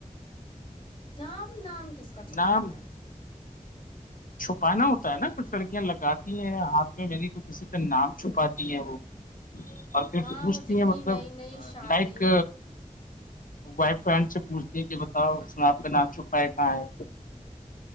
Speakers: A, on the left; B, on the left.
A: نام نام کس کا چپوانا
B: نام
A: ہے
B: چھپانا ہوتا ہے نا کچھ لڑکیاں لگاتی ہیں ہاتھ میں میری تو کسی کا نام چھپاتی ہیں وہ
A: <inaudible>
B: اور پھر پوچھتی
A: وہ جن
B: ہیں
A: کی
B: مطلب
A: نئی نئی شادی
B: لائک وائف فرینڈ سے پوچھتی ہیں کہ بتاؤ اس میں آپ کا نام چھپا ہے کہاں ہے